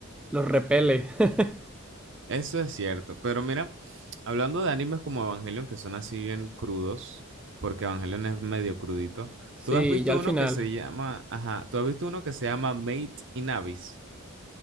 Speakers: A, in the centre; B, on the right.
A: los repele. <laughs>
B: Eso es cierto, pero mira, hablando de animes como Evangelion, que son así bien crudos, porque Evangelion es medio crudito,
A: Sí,
B: tú has visto
A: ya al
B: uno
A: final.
B: que se llama, ajá, tú has visto uno que se llama Mate in Abyss.